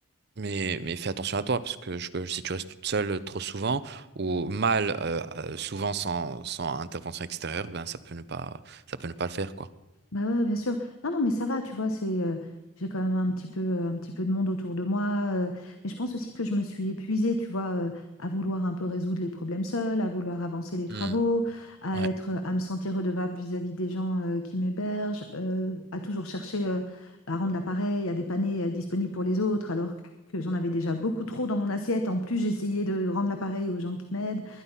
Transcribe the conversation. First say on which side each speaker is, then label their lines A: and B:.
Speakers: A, on the right; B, on the left.
A: mais, mais fais attention à toi, parce que je- que si tu restes toute seule euh, trop souvent, ou mal euh, euh, souvent sans, sans intervention extérieure, ben ça peut ne pas, ça peut ne pas le faire, quoi.
B: Bah ouais, bien sûr. Non, non, mais ça va, tu vois, c'est, euh, j'ai quand même un petit peu, euh, un petit peu de monde autour de moi. euh, mais je pense aussi que je me suis épuisée, tu vois, euh, à vouloir un peu résoudre les problèmes seuls, à vouloir avancer les travaux,
A: Hmm.
B: à
A: Ouais,
B: être, à me sentir redevable vis-à-vis des gens, euh, qui m'hébergent, euh, à toujours chercher, euh, à rendre l'appareil, à dépanner, à être disponible pour les autres, alors que j'en avais déjà beaucoup trop dans mon assiette. En plus, j'essayais de rendre l'appareil aux gens qui m'aident.